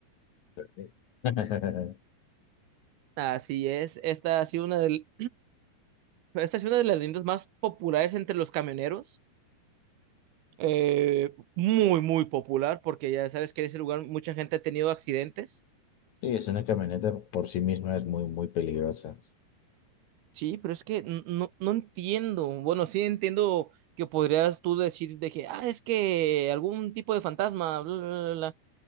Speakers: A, on the left; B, on the right.
A: Sí, <laughs>
B: Así es, esta ha sido una del- esta ha sido una de las líneas más populares entre los camioneros. Eh, muy, muy popular, porque ya sabes que en ese lugar mucha gente ha tenido accidentes.
A: Sí, es una camioneta por sí misma, es muy, muy peligrosa.
B: Sí, pero es que n- no, no entiendo. Bueno, sí entiendo que podrías tú decir de que, ah, es que algún tipo de fantasma, bla, bla, bla, bla.